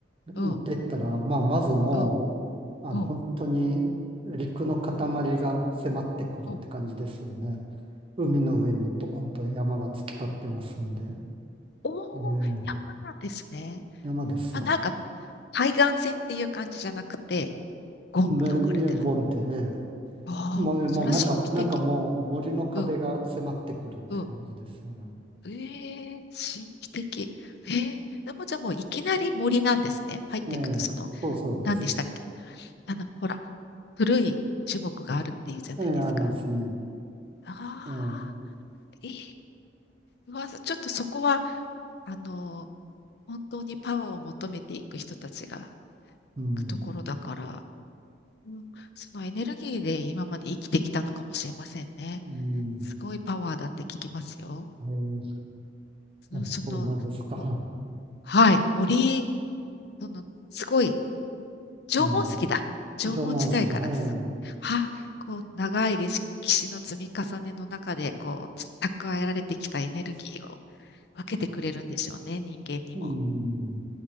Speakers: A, on the right (about 30°); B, on the left (about 60°).
A: 乗っていったら、
B: うん、
A: まあまずも
B: うん、
A: う、あの本当に陸の塊が迫ってくるって感じですよね。
B: うん、うん、うん。
A: 海の上にドーンと山が突き立ってますんで、
B: おー、
A: ええ
B: 山なんですね。
A: 山ですよ。
B: まあ、なんか、海岸線っていう感じじゃなくて、ゴンって置かれてる。
A: で、ゴンって、ええ
B: ああ、
A: もう、
B: そら神秘的。
A: もうなんか、なんかもう森の壁が迫ってくるって感じですよね。
B: うん、うん。ええ神秘的。ええでもじゃあもういきなり森なんですね。入っていくと、
A: ええ、
B: その、
A: そうそうです。
B: 何でしたっけあの、ほら、古い樹木があるっていうじゃないですか。
A: ええ、ありますね。
B: ああ、
A: ええ、
B: ええうわ、ちょっとそこは、あの、本当にパワーを求めていく人たちが行
A: うん、
B: くところだから、うん、そのエネルギーで今まで生きてきたのかもしれませんね。
A: うん、
B: すごいパワーだって聞きますよ。
A: はい、
B: その、
A: そうそうなんですか。
B: その、もはい、森そのすごい
A: <laughs>
B: 縄文石だ。
A: うん、
B: 縄文時代から続く。
A: 縄文筋、はい、
B: はあ、こう長い歴史の積み重ねの中でこう蓄えられてきたエネルギーを分けてくれるんでしょうね、人間にも。
A: うん、